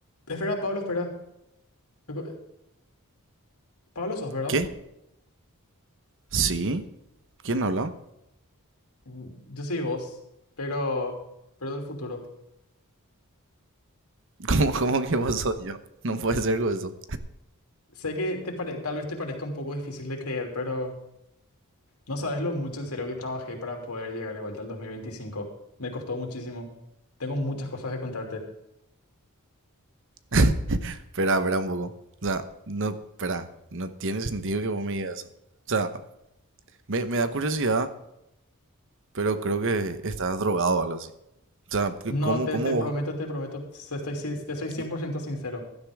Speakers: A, on the left; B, on the right.
A: Espera, Pablo, espera. Recu- Pablo sos, ¿verdad?
B: ¿Qué? ¿Sí? ¿Quién habló?
A: Mm, Yo soy vos, pero, pero del futuro.
B: <laughs> ¿Cómo, cómo que vos sos yo? No puede ser eso.
A: Sé que te pare- tal vez te parezca un poco difícil de creer, pero no sabes lo mucho en serio que trabajé para poder llegar de vuelta al 2025. Me costó muchísimo. Tengo muchas cosas que contarte.
B: <laughs> Espera, espera un poco. O sea, no, espera, no tiene sentido que vos me digas eso. O sea, me, me da curiosidad, pero creo que estás drogado o algo así. O sea, que
A: No,
B: ¿cómo,
A: te,
B: cómo
A: te
B: vos?
A: prometo, te prometo, se- estoy, ci- te soy 100%
B: y-
A: sincero.